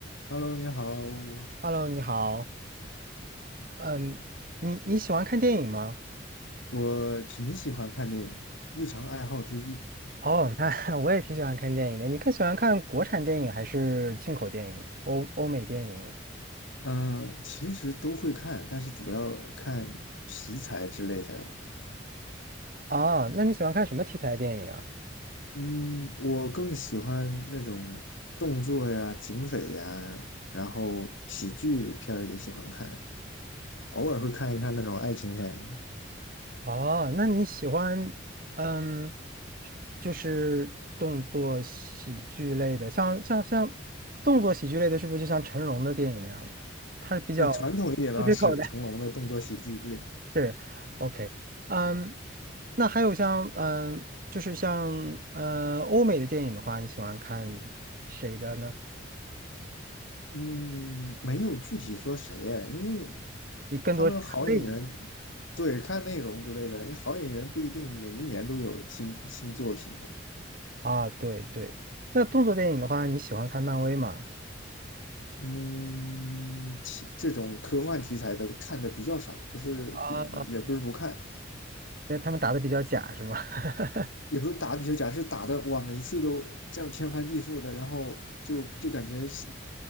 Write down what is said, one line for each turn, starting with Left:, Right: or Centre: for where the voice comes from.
Left: Hello，你好，
Right: Hello，你好。嗯，你你喜欢看电影吗？
Left: 我挺喜欢看电影的日常爱好之一。
Right: 哦，那 <laughs> 我也挺喜欢看电影的。你更喜欢看国产电影还是进口电影、欧欧美电影？
Left: 嗯，其实都会看，但是主要看题材之类的。
Right: 哦，那你喜欢看什么题材的电影啊？
Left: 嗯，我更喜欢那种动作呀、警匪呀，然后喜剧片儿也喜欢看，偶尔会看一看那种爱情片。
Right: 哦，那你喜欢嗯，就是动作喜剧类的，像像像动作喜剧类的，是不是就像成龙的电影那样的？他比较
Left: 那传统一点的话是成龙的动作喜剧，
Right: 特别口的
Left: 对。
Right: 是，OK，嗯，那还有像，嗯，就是像，嗯，欧美的电影的话，你喜欢看谁的呢？
Left: 嗯，没有具体说谁哎因为
Right: 你更多是看类别
Left: 他们好演员，对，看内容之类的，因为好演员不一定每一年都有新新作品嘛。
Right: 啊，对对。那动作电影的话，你喜欢看漫威吗？
Left: 嗯，其这种科幻题材的看的比较少，不是比也不是不看，
Right: 啊，因为他们打的比较假，是吗？<laughs>
Left: 也不是打比如假设打的哇，每一次都这样天翻地覆的，然后就就感觉喜